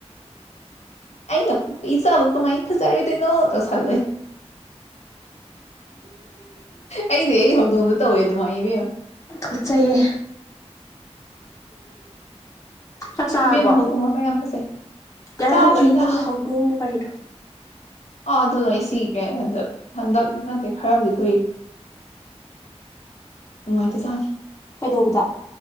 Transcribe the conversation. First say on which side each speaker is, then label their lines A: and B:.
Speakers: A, on the left (about 75°); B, on the left (about 25°).
A: ꯑꯩꯅ ꯄꯣꯛꯄ ꯆꯥꯕ ꯀꯃꯥꯏꯅ ꯐꯖꯔꯣꯏꯗꯣꯏꯅꯣ ꯆꯔ ꯑꯩꯗꯤ ꯑꯩ ꯍꯧꯗꯣꯡꯗ ꯇꯧꯋꯦ ꯑꯗꯨꯃꯥꯏ ꯏꯕꯦꯝ
B: ꯠ ꯆꯍꯤꯌꯦ ꯆꯥꯛ ꯆꯥꯔꯕꯣ
A: ꯏꯕꯦꯝꯃꯥ ꯍꯗꯣꯡ ꯃꯁ ꯌꯥꯝ ꯐꯖꯩ
B: ꯌꯥꯔꯦ
A: ꯇꯥ
B: ꯍꯧꯔꯛꯑꯅꯨ
A: ꯆꯗ
B: ꯅꯪꯒꯤ ꯍꯧꯗꯣꯡꯒꯤ ꯋꯥꯔꯤꯗꯣ
A: ꯑꯗ ꯁꯤ ꯀ ꯍꯟꯗꯛ ꯍꯟꯗꯛ ꯅꯠꯇꯦ ꯈꯔꯕꯨꯗꯤ ꯀꯨꯏ ꯅꯨꯡꯉꯥꯏꯇ ꯆꯥꯅꯤ
B: ꯀꯩꯗꯧꯕꯗ